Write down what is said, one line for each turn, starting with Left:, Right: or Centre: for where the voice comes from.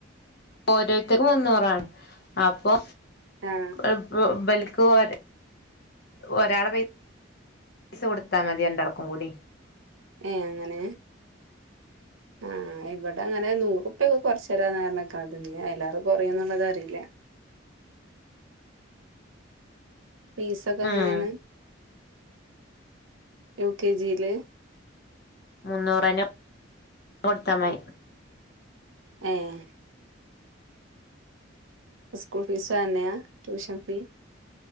Left: ഓരോര്ത്തര്ക്ക് മുന്നൂറാണ് അപ്പൊ
Right: ആ
Left: ഇബൽക്ക് ഒര് ഒരാളെ പയ് സ കൊട്ത്താ മതി രണ്ടാൾക്കും കൂടി
Right: ഏഹ് അങ്ങെനേ ആഹ് ഇവിടെ അങ്ങനെ നൂറുപ്പ്യൊക്കെ കൊർച്ച് തരാന്നർഞ്ഞ്ക്ക്ണത് ഞ്ഞ് അയ്ലേറെ കൊറ്യാേന്നുള്ളത് അറീല ഫീസാെക്കെ എങ്ങെനേണ്
Left: ഉം
Right: യു കെ ജീല്
Left: മുന്നൂരന്നെ കൊട്ത്താമയ്
Right: ഏഹ് ഇസ്കൂൾ ഫീസും അതെന്നെയാ ട്യൂഷൻ ഫീ